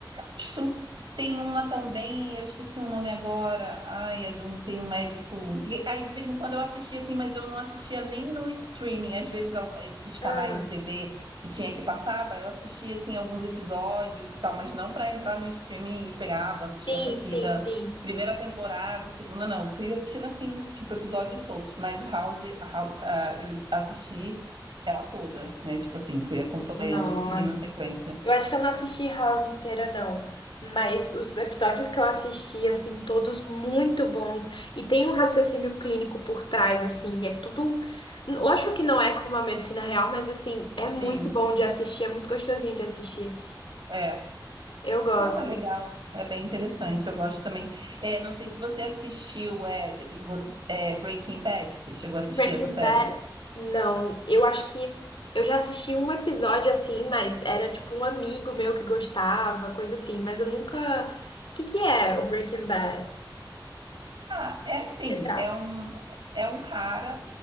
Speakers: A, on the right (about 75°); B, on the left (about 85°).
A: mas tem uma também, eu esqueci o nome agora. Ai, é de um, tem um médico. e Aí de vez em quando eu assistia assim, mas eu não assistia nem no streaming. Às vezes al- esses canais
B: Ah.
A: de TV que tinha que passava, eu assistia assim alguns episódios e tal, mas não para entrar no streaming e pegar, ah, vou assistir
B: Sim,
A: essa aqui
B: sim,
A: da
B: sim.
A: primeira temporada, segunda não. Eu Fui assistindo assim, tipo episódios soltos, mas o House, a House, ah, eu assisti ela toda, né? Tipo assim, fui acompanhando,
B: Nossa,
A: seguindo a sequência.
B: eu acho que eu não assisti House inteira, não. Mas os episódios que eu assisti, assim, todos muito bons. E tem um raciocínio clínico por trás, assim. É tudo. Eu acho que não é como a medicina real, mas, assim, é muito
A: Sim.
B: bom de assistir, é muito gostosinho de assistir.
A: É.
B: Eu gosto.
A: Não, é legal. É bem interessante, eu gosto também. É, não sei se você assistiu é, se- vo- é, Breaking Bad, você chegou a assistir
B: Breaking
A: essa série?
B: Bad, não. Eu acho que eu já assisti um episódio assim, mas era tipo um amigo meu que gostava, coisa assim, mas eu nunca. O que que é o Breaking Bad?
A: Ah, é assim,
B: Se trata.
A: é um, é um cara,